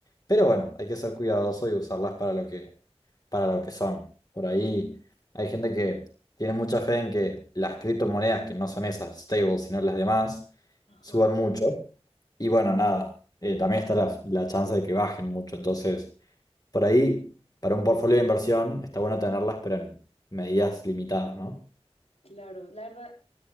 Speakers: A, on the left; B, on the left.
A: Pero bueno, hay que ser cuidadoso y usarlas para lo que, para lo que son. Por ahí hay gente que tiene mucha fe en que las criptomonedas, que no son esas stables, sino las demás,
B: Ajá.
A: suban mucho. Y bueno, nada, eh, también está la, la chance de que bajen mucho. Entonces, por ahí, para un portfolio de inversión, está bueno tenerlas, pero en medidas limitadas, ¿no?
B: Claro, la verdad,